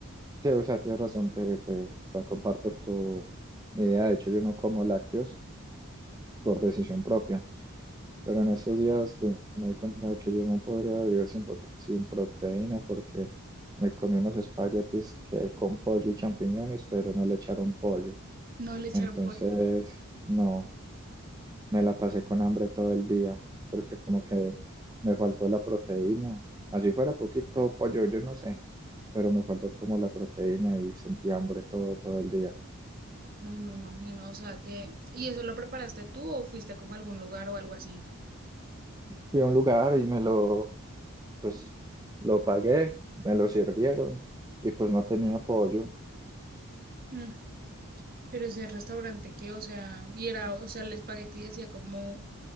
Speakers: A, on the right (about 15°); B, on the right (about 40°).
A: sí, o sea, tienes razón, te, te, te comparto tu idea. De hecho, yo no como lácteos por decisión propia, pero en estos días pues, me di cuenta de que yo no podría vivir sin, prote- sin proteína porque me comí unos espaguetis que con pollo y champiñones, pero no le echaron pollo.
B: No le echaron
A: Entonces,
B: pollo,
A: no. Me la pasé con hambre todo el día porque como que me faltó la proteína. Así fuera poquito pollo, yo no sé, pero me faltó como la proteína y sentí hambre todo, todo el día.
B: Ay, me imagino, o sea que... ¿Y eso lo preparaste tú o fuiste como a algún lugar o algo así?
A: Fui a un lugar y me lo, pues, lo pagué, me lo sirvieron y pues no tenía pollo.
B: Mm, pero ese restaurante que, o sea, y era, o sea, el espagueti decía como